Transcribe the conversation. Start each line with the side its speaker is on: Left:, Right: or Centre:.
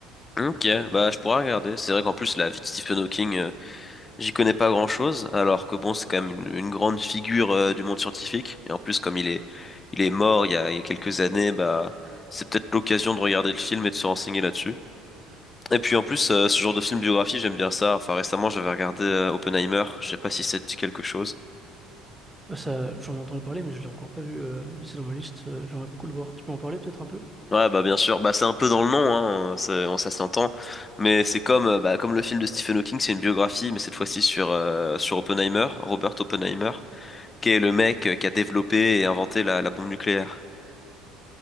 Left: Ok, bah, je pourrais regarder. C'est vrai qu'en plus, la vie de Stephen Hawking. euh, J'y connais pas grand-chose, alors que bon, c'est quand même une, une grande figure euh, du monde scientifique. Et en plus, comme il est, il est mort il y a, il y a quelques années, bah, c'est peut-être l'occasion de regarder le film et de se renseigner là-dessus. Et puis en plus, euh, ce genre de film biographie, j'aime bien ça. Enfin, récemment, j'avais regardé euh, Oppenheimer. Je sais pas si ça te dit quelque chose.
Centre: Ah, Ça, j'en ai entendu parler, mais je l'ai encore pas vu. euh, il est dans ma liste. euh, j'aimerais beaucoup le voir. Tu peux en parler peut-être un peu?
Left: Ouais, bah bien sûr. Bah c'est un peu dans le nom, hein. Ça, on- ça s'entend. Mais c'est comme, euh, bah, comme le film de Stephen Hawking, c'est une biographie, mais cette fois-ci sur euh, sur Oppenheimer, Robert Oppenheimer, qui est le mec euh, qui a développé et inventé la la bombe nucléaire.